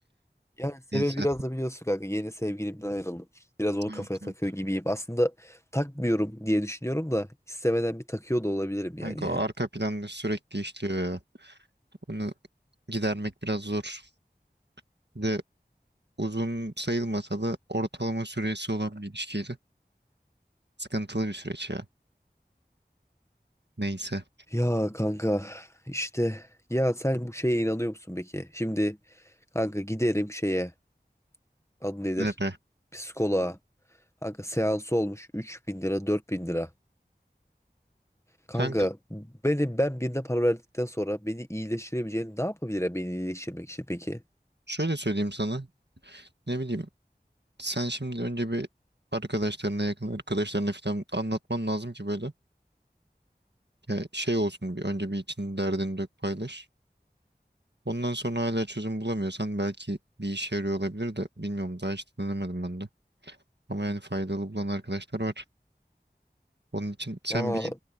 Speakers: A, on the left; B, on the right.
A: Yani sebebi
B: Neyse.
A: biraz da biliyorsun kanka yeni sevgilimden ayrıldım. Biraz onu
B: Evet,
A: kafaya
B: evet.
A: takıyor gibiyim. Aslında takmıyorum diye düşünüyorum da istemeden bir takıyor da olabilirim yani
B: Kanka
A: ya.
B: o arka planda sürekli işliyor ya. Onu gidermek biraz zor. Bir de uzun sayılmasa da ortalama süresi olan bir ilişkiydi. Sıkıntılı bir süreç ya. Neyse.
A: Ya kanka işte ya sen bu şeye inanıyor musun peki? Şimdi kanka giderim şeye adı nedir?
B: Ne be.
A: Psikoloğa. Kanka seansı olmuş 3000 lira 4000 lira. Kanka
B: Kanka
A: beni ben birine para verdikten sonra beni iyileştirebileceğini ne yapabilir beni iyileştirmek için peki?
B: şöyle söyleyeyim sana. Ne bileyim. Sen şimdi önce bir arkadaşlarına yakın arkadaşlarına falan anlatman lazım ki böyle. Ya şey olsun bir önce bir için derdini dök paylaş. Ondan sonra hala çözüm bulamıyorsan belki bir işe yarıyor olabilir de bilmiyorum daha hiç denemedim ben de. Ama yani faydalı bulan arkadaşlar var. Onun için sen
A: Ya
B: bir,